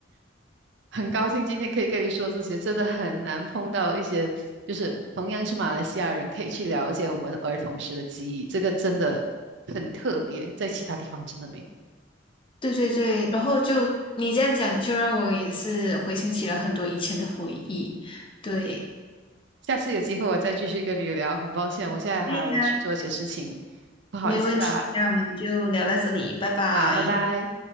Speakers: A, on the right; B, on the left.
A: 很高兴今天可以跟你说这些，真的很难碰到一些就是同样是马来西亚人，可以去了解我们的儿童时的记忆，这个真的很特别，在其他地方真的没有。
B: 对对对。然后就你这样讲，就让我也是回想起了很多以前的回忆。对，
A: 下次有机会我再继续跟你聊，很抱歉，我现在还要去做一些事情，
B: 对呀，
A: 不好意思啊。
B: 没问题。那我们就聊到这里，拜拜。
A: 好，拜拜。